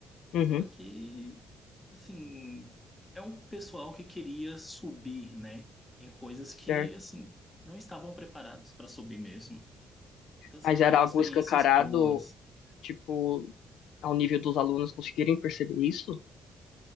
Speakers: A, on the left (about 65°); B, on the left (about 15°).
A: uhum,
B: só que, assim, é um pessoal que queria subir, né, em coisas que,
A: certo.
B: assim, não estavam preparados para subir mesmo. Então, assim,
A: Mas
B: não
A: era
B: foram
A: algo
B: experiências
A: escancarado,
B: boas.
A: tipo, ao nível dos alunos conseguirem perceber isso?